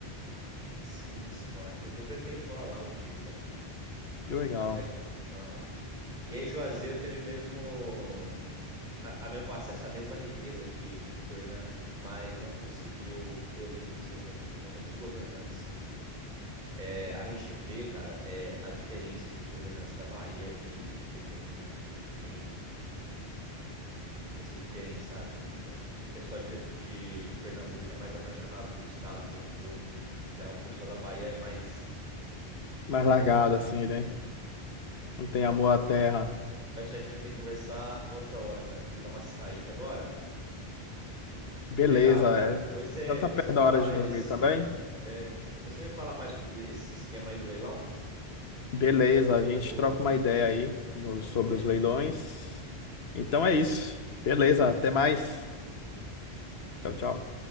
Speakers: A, on the right; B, on the left.
A: simples se morar. Inclusive, eu pretendo morar lá um dia, cara.
B: Que
A: Tenho
B: legal.
A: muita fé que eu vou conseguir morar lá. E aí, Juazeiro teve mesmo a, a, me- o acesso à mesma riqueza que, que Petrolina, mas não conseguiu ter o mesmo desenvolvimento por conta dos governantes É, a gente vê, cara, é, a diferença entre os governantes da Bahia e, e Petrolina. Tem, tem essa diferença, sabe? Um- acho que o pessoal de, Petro- de, de Pernambuco é mais apaixonado pelo Estado e pelo povo. E já o pessoal da Bahia é mais.
B: Mais
A: É,
B: largada, assim,
A: é,
B: né?
A: é,
B: Não tem amor
A: mas,
B: à terra.
A: mas isso a gente vai ter que conversar uma outra hora, cara. Vou ter que dar uma saída agora.
B: Beleza.
A: Mas legal, cara.
B: é.
A: Depois você,
B: Já tá
A: depois
B: perto
A: você me fala
B: da hora de
A: aí
B: dormir
A: desse.
B: também?
A: é, depois você me fala mais sobre esse esquema aí do leilão.
B: Beleza. A gente
A: Vou.
B: troca uma ideia aí no-
A: Vamos
B: sobre
A: ver.
B: os leilões.
A: Uhum.
B: Então é isso. Beleza. Até mais. Tchau, tchau.